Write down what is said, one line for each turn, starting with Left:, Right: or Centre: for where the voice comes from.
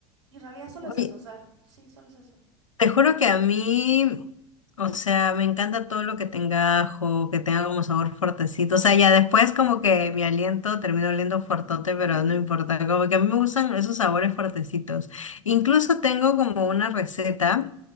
Right: Y en realidad solo
Left: Oye,
Right: es eso, o sea, sí, solo es eso.
Left: Te juro que a mí, o sea, me encanta todo lo que tenga ajo, que tenga como sabor fuertecito. O sea, ya después como que mi aliento termina oliendo fuertote,
Right: <laughs>
Left: pero no importa. Como que a mí me gustan esos sabores fuertecitos. Incluso tengo como una receta